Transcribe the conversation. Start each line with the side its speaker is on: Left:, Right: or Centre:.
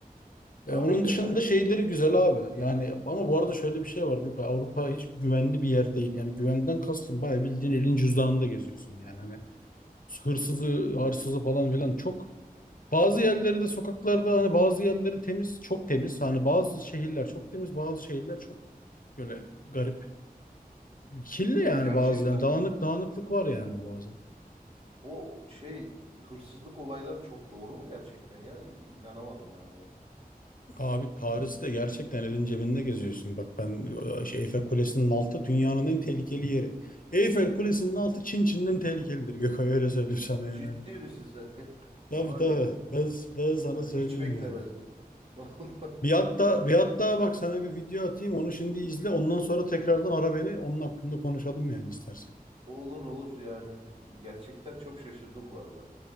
Right: Ha
Left: Ee, onun
Right: öyle
Left: dışında
Right: mi?
Left: şeyleri güzel abi. Yani ama bu arada şöyle bir şey var Gökay. Avrupa hiç güvenli bir yer değil. Yani güvenden kastım bayağı bildiğin elin cüzdanında geziyorsun yani. Hani hırsızı, hırsızı falan filan çok. Bazı yerleri de sokaklarda
Right: Aa,
Left: hani bazı yerleri temiz, çok temiz. Hani bazı şehirler çok temiz, bazı şehirler çok böyle garip. Kirli
Right: ya
Left: yani
Right: gerçekten
Left: bazı yani dağınık dağınıklık var yani bazen.
Right: o şey hırsızlık olayları çok doğru mu gerçekten ya? İ- İnanamadım vallahi.
Left: Abi Paris'te gerçekten elin cebinde geziyorsun. Bak ben şey, Eyfel Kulesi'nin altı dünyanın en tehlikeli yeri. Eyfel Kulesi'nin altı Çin Çin'den tehlikelidir. Gökay öyle söyleyeyim sana yani.
Right: Ciddi
Left: hani.
Right: misin sen? <laughs>
Left: Tabii
Right: Vay
Left: tabii.
Right: be.
Left: Ben, ben sana
Right: Ya
Left: söyleyeyim
Right: Hiç beklemezdim.
Left: yani.
Right: <laughs> Vallahi
Left: Bir hatta bir hatta bak sana bir video atayım onu şimdi izle ondan sonra tekrardan ara beni onun hakkında konuşalım yani istersen.
Right: olur olur yani. Gerçekten çok şaşırdım bu arada.